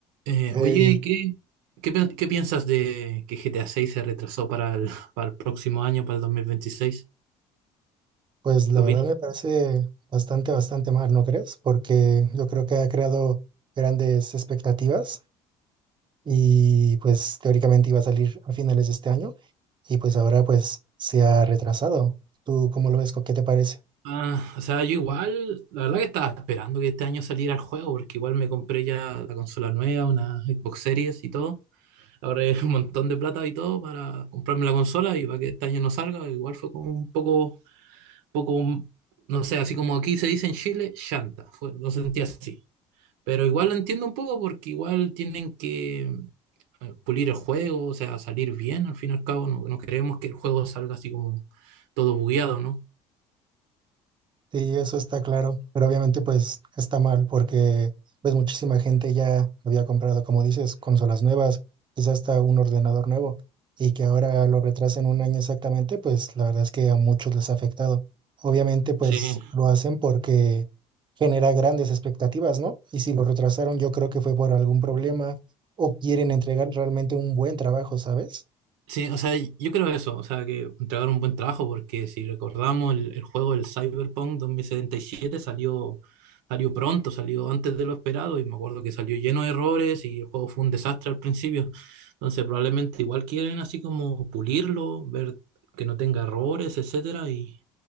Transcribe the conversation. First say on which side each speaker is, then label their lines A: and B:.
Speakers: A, on the right; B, on the right.
A: Eh,
B: Y
A: oye, ¿qué, qué, pen- qué piensas de que GTA seis se retrasó para el, <laughs> para el próximo año, para el 2026?
B: pues la
A: ¿Qué opinas?
B: verdad me parece bastante, bastante mal, ¿no crees? Porque yo creo que ha creado grandes expectativas y pues teóricamente iba a salir a finales de este año y pues ahora pues se ha retrasado. ¿Tú cómo lo ves? ¿Qué te parece?
A: Ah, o sea, yo igual, la verdad que estaba esperando que este año saliera el juego, porque igual me compré ya la consola nueva, una Xbox Series y todo. Ahorré <laughs> un montón de plata y todo para comprarme la consola y para que este año no salga, igual fue como un poco, poco, un- no sé, así como aquí se dice en Chile, chanta, fue, lo sentí así. Pero igual lo entiendo un poco porque igual tienen que eh, pulir el juego, o sea, salir bien, al fin y al cabo, no, no queremos que el juego salga así como todo bugueado, ¿no?
B: Sí, eso está claro, pero obviamente pues está mal porque pues muchísima gente ya había comprado, como dices, consolas nuevas, quizás hasta un ordenador nuevo y que ahora lo retrasen un año exactamente, pues la verdad es que a muchos les ha afectado. Obviamente pues
A: Sí,
B: lo hacen porque genera grandes expectativas, ¿no? Y si lo retrasaron yo creo que fue por algún problema o quieren entregar realmente un buen trabajo, ¿sabes?
A: Sí, o sea, yo creo eso, o sea, que entregar un buen trabajo, porque si recordamos el, el juego, el Cyberpunk dos mil setenta y siete salió, salió pronto, salió antes de lo esperado, y me acuerdo que salió lleno de errores y el juego fue un desastre al principio. Entonces, probablemente igual quieren así como pulirlo, ver que no tenga errores, etcétera, y